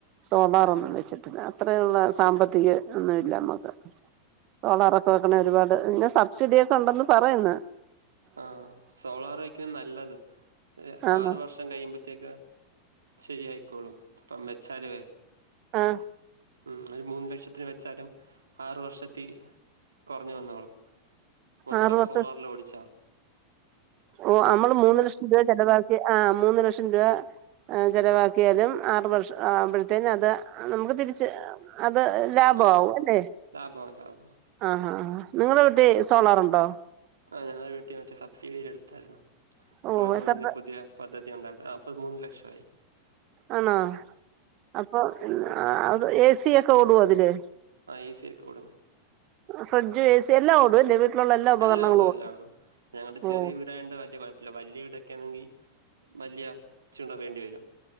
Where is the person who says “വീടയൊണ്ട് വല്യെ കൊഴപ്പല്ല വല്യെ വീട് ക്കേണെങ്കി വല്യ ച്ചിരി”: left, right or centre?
Right